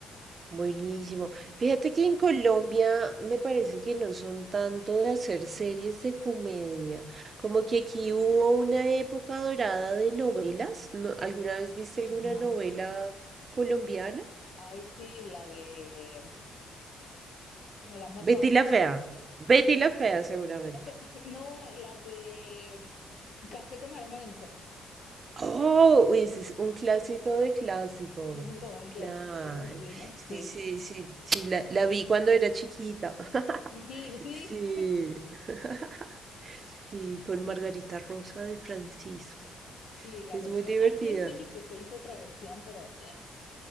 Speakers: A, on the right; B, on the left.
A: Buenísimo. Fíjate que en Colombia me parece que no son tanto de hacer series de comedia, como que aquí hubo una época dorada de novelas. ¿No- ¿Alguna vez viste alguna
B: Ajá.
A: novela colombiana?
B: Ay, sí, la de, bueno, la más famosa,
A: Betty
B: bueno,
A: la Fea. Betty la Fea, seguramente.
B: <laughs> no, la de mm, Café con aroma de mujer.
A: Oh, uy, ese es un clásico de clásicos.
B: Ese es un, como un clasiquísimo,
A: Claro.
B: sí, ¿no?
A: Sí,
B: Sí.
A: sí, sí, sí, la, la vi cuando era chiquita. <laughs>
B: Ujú, sí,
A: Sí. <laughs> Sí, con Margarita Rosa de Francisco.
B: Sí, la
A: Es
B: versión.
A: muy divertida.
B: Aquí en México se hizo otra versión, pero ugh,